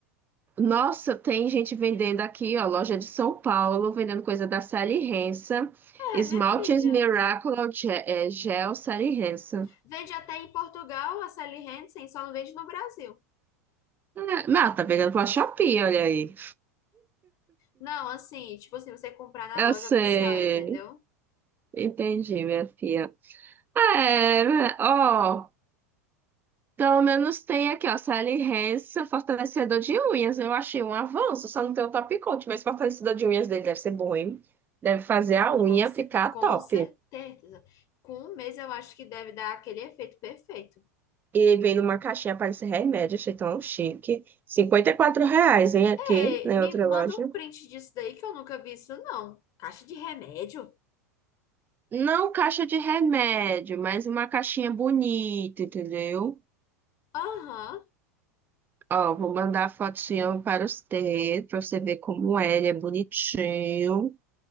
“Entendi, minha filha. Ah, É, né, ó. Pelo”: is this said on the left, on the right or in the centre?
Right